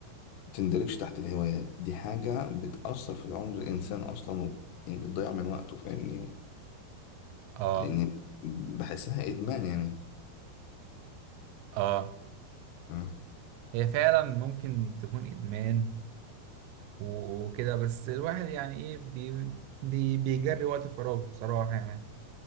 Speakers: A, on the left; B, on the right.
A: متندرجش تحت الهوايات دي حاجة بتأثر في عمر الإنسان أصلا و... يعني بتضيع من وقته فاهمني
B: آه
A: لان بحسها ادمان يعني
B: آه
A: مم.
B: هي فعلا ممكن تكون إدمان وكده بس الواحد يعني إيه بي بي بيجري وقت فراغه بصراحة يعني